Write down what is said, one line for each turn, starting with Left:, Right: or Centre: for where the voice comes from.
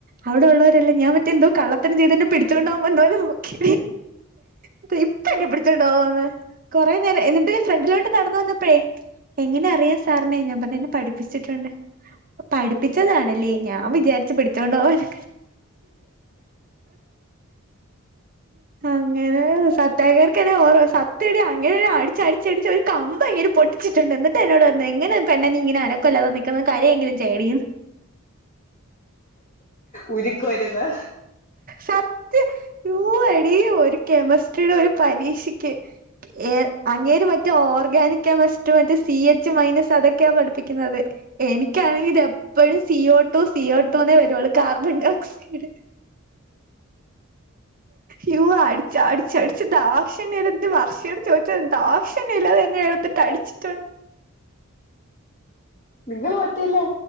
Right: അവിടെ ഉള്ളവരെല്ലാം ഞാൻ എന്തോ കള്ളത്തരം ചെയ്തു എന്നെ പിടിച്ചോണ്ട് പോകാൻ വന്നതാണെന്നുമൊക്കെ ഇതേ ഇപ്പോ എന്നെ പിടിച്ചോണ്ട് ണ്ടോന്ന് കൊറേ നേരം എന്നിട്ട് ഫ്രണ്ട് ലോട്ട് നടന്നിട്ട് <unintelligible> എങ്ങനെ അറിയാ സാറിനെ പർ ന്നെ പഠിപ്പിച്ചിട്ടുണ്ട് പഠിപ്പിച്ചതാണല്ലേ ഞാൻ വിചാരിച്ച് പിടിച്ചോണ്ട് വന്ന അങ്ങനെ സത്തായർക്ക് എന്നെ ഓർമ സത്യടി അങ്ങനൊരു അടിച്ച അടിച് ഒര് <unintelligible> പൊട്ടിച്ച്ട്ട്ണ്ട് <unintelligible> പെണ്ണെ നി അനക്കം നിക്ക്ന്നെ കരയെങ്കിലും ചെയ്യടി ന്ന്
Left: ഉരുക്കം അർന്ന്
Right: സത്യം ഓ എടി ഒര് കെമിസ്ട്രിടെ ഒര് പരീക്ഷക്ക് എ അങ്ങേര് മറ്റേ ഓർഗാനിക് കെമിസ് സി എച് മൈനസ് അതെക്കെയാ പഠിപ്പിക്ക്ന്നത് എനിക്ക് ആണെങ്കി C O two C O two ന്നെ വേരുള്ളൂ കാർബൻ ഡിയോക്സൈഡ് യ്യു അടിച് അടിച് അടിച്ചു ധാക്ഷണി ഒര് ഇത് വർഷയോട് ചോതിച് ധാക്ഷണി ല്ലാതെ എന്നെ എടുത്തു അടിച്ചിട്ടു
Left: നിങ്ങള് മറ്റേ ല്ലേ